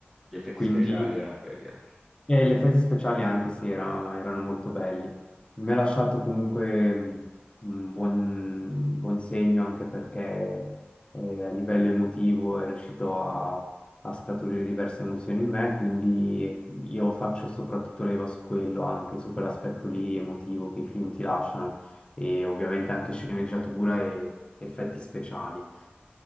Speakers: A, in the centre; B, on the left (about 25°).
A: gli effetti
B: quindi
A: speciali erano belli anche.
B: e gli effetti speciali anche sì, era- erano molto belli. Mi ha lasciato comunque mh, un buon, un buon segno anche perché eh, a livello emotivo è riuscito a, a scaturire diverse emozioni in me, quindi io faccio soprattutto leva su quello, anche su quell'aspetto lì emotivo che i film ti lasciano e ovviamente anche sceneggiatura e effetti speciali.